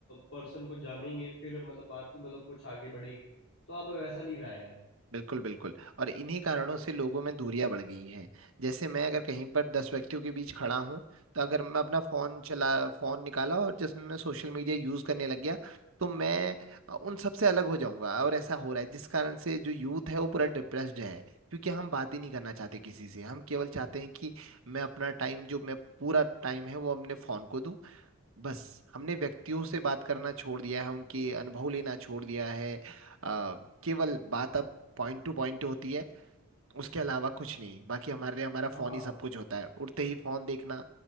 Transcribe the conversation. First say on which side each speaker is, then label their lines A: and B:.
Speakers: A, on the left; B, on the right.
A: पर्सन को जानेंगे फिर मतलब बात मतलब कुछ आगे बढ़ेगी तो अब वैसा नहीं रहा है यार
B: बिल्कुल बिल्कुल और इन्हीं कारणों से लोगों में दूरियां बढ़ गई हैं जैसे मैं अगर कहीं पर दस व्यक्तियों के बीच खड़ा हूं तो अगर मैं अपना फोन चला फोन निकाला और जिसमें मैं सोशल मीडिया यूज करने लग गया तो मैं अ, उन सबसे अलग हो जाऊंगा और ऐसा हो रहा है जिस कारण से जो यूथ है वो पूरा डिप्रेस्ड है क्योंकि हम बात ही नहीं करना चाहते किसी से हम केवल चाहते हैं कि मैं अपना टाइम जो मैं पूरा टाइम है वो अपने फोन को दूं बस हमने व्यक्तियों से बात करना छोड़ दिया है उनके अनुभव लेना छोड़ दिया है अ, केवल बात अब पॉइंट टू पॉइंट होती है उसके अलावा कुछ नहीं बाकी हमारे लिए हमारा फोन
A: हाँ
B: ही सब कुछ होता है उठते ही फोन देखना